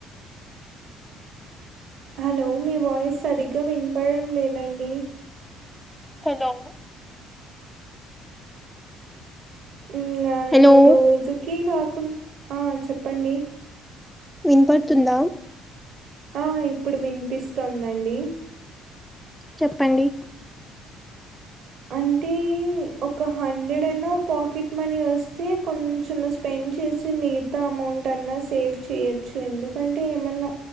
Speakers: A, on the right (about 55°); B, in the centre.
A: హలో మీ వాయిస్ సరిగ్గా వినపడడం లేదండి
B: హలో
A: ఇంగా నేను
B: హలో
A: రోజుకి కాకు ఆ చెప్పండి
B: వినపడుతుందా
A: ఆ ఇప్పుడు వినిపిస్తోందండి
B: చెప్పండి
A: అంటే ఒక హండ్రెడ్ అయిన పాకెట్ మనీ వస్తే కొంచెం పెండ్ చేసి మిగతా అమౌంట్ అన్నా సేవ్ చేయొచ్చు ఎందుకంటే ఏమన్నా